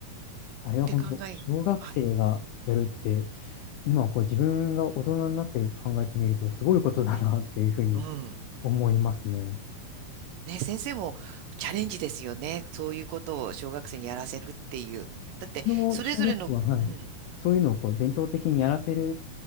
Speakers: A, on the left (about 85°); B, on the right (about 80°).
A: あれは本当、
B: って考え、
A: 小学生がやるって、
B: はい。
A: 今こう自分が大人になって考えてみると、すごいことだなっていうふうに
B: うん。
A: 思いますね。
B: ね、先生もチャレンジですよね。そういうことを小学生にやらせるっていう。だって、
A: うちの小学校は、
B: それぞれの、
A: はい。
B: うん。
A: そういうのをこう伝統的にやらせる